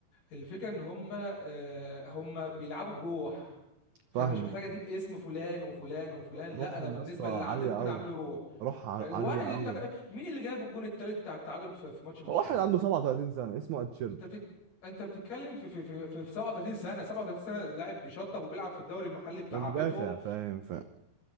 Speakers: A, on the left; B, on the right.
A: الفكرة ان هم آه، هم بيلعبوا بروح فانا
B: فاهم
A: مش محتاج اجيب اسم فلان وفلان وفلان
B: روحهم
A: لا انا بالنسبة
B: يا اسطى
A: اللي عندي
B: عاليه
A: ممكن
B: قوي
A: اعمله روح
B: روح
A: فواحد
B: ع- عاليه
A: يشتغل
B: قوي
A: مين اللي جاب الجون الثالث بتاع التعادل في في ماتش برشلونة
B: واحد عنده 37 سنه اسمه اتشيرب
A: انت بتك... انت بتتكلم في في في في 37 سنة 37 سنة لاعب بيشطب وبيلعب في الدوري المحلي بتاع
B: ومدافع
A: بيتهم
B: فاهم فاهم